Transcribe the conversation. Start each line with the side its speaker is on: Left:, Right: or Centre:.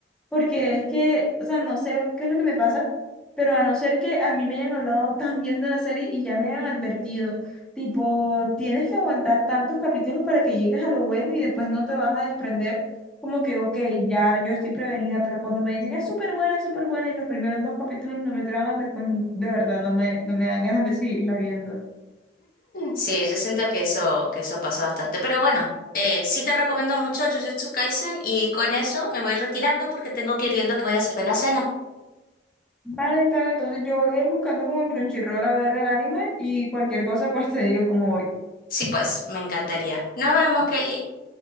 Centre: porque es que, o sea, no sé qué es lo que me pasa, pero a no ser que a mí me hayan hablado tan bien de la serie y ya me hayan advertido. Tipo, tienes que aguantar tantos capítulos para que llegues a lo bueno y después no te vas a desprender como que, ok, ya yo estoy prevenida, pero cuando me dicen es súper buena, es súper buena y los primeros dos capítulos no me traman, después no- de verdad no me, no me dan ganas de seguirla viendo.
Left: Sí, yo siento que eso, que eso pasó bastante, pero bueno. Eh, sí te recomiendo mucho Jujutsu Kaisen y con eso me voy retirando porque tengo que ir viendo qué voy a hacer de la cena.
Centre: Vale, Itana, entonces yo voy a ir buscando como en Crunchyroll a ver el anime y cualquier cosa pues te digo cómo voy.
Left: Sí, pues, me encantaría. Nos vemos, Kelly.